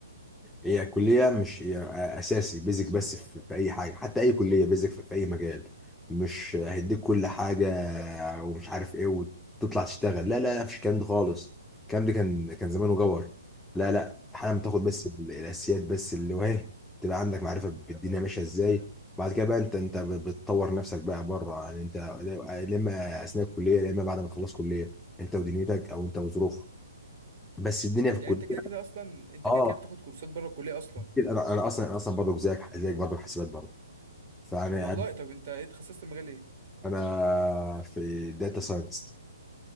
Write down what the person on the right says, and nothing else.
مم.
يعني
انت كده كده اصلا انت
كده كده بتاخد كورسات بره الكليه اصلا
والله
طب انت ايه اتخصصت مجال ايه